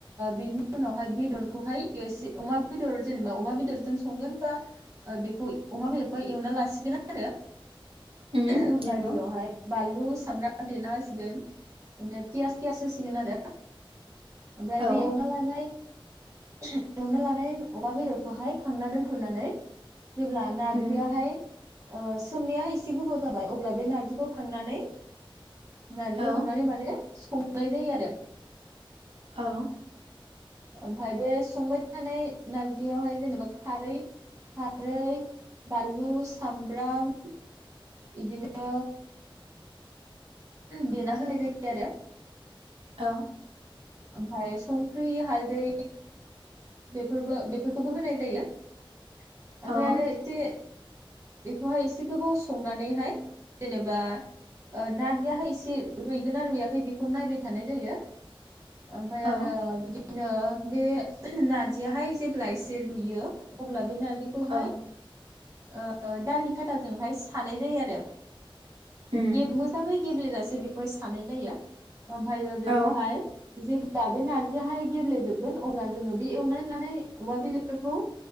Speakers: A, on the right; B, on the right.
A: बेनि उनावहाय बेदरखौहायस एसे अमा बेदर जेनेबा अमा बेदरजों संगोन बा बेखौ अमा बेदरखौ एवना लासिगोन आरो
B: उम
A: ओमफाय
B: नंगौ
A: बेयावहाय बानलु सामब्राम देना होसिगोन माने पियास थियास होसिगोन आरो। ओफ्राय
B: औ
A: बे एवना लानाय एवना लानाय अमा बेदरखौहाय खांना दोनथनानै जेब्ला नारजियाहाय
B: उम
A: ओ सोमनायाहाय एसे गोबाव जाबाय अब्ला बे नारजिखौ खांनानै नारजिखौ
B: औ
A: खांनानै माने संनाय जायो आरो।
B: औ।
A: ओमफ्राय बे संबाय थानाय नारजियावहाय जेनेबा खारै खारै बानलु सामब्राम इदिनो देना होनाय जायो आरो
B: औ
A: ओमफाय सं संख्रि हालदै बेफोरबो बेफोरखौबो होनाय जायो ओमफ्राय
B: औ
A: आरो एसे एखौ एसे गोजौ सु संनानैहाय जेनेबा ओ नारजियाहाय एसे रुइगोन ना रुइयाखै बेखौ नायबाय थानाय जायो ओमफ्राय
B: औ
A: आरो बिदि बिदिनो बे नारजियाहाय जेब्ला एसे रुयो अब्ला बे नार बेखौहाय
B: औ
A: ओ दालि खाथाजोंहाय थानाय जायो आरो
B: उम
A: बे मोजांङै गेब्ले जासे बेखौहाय सानाय नायो ओमफायो बेखौहाय
B: औ
A: जे ब्ला बे नारजियाहाय गेब्लेेजोबगोन अब्ला जोङो बे एवनानै लानाय अमा बेदरखौ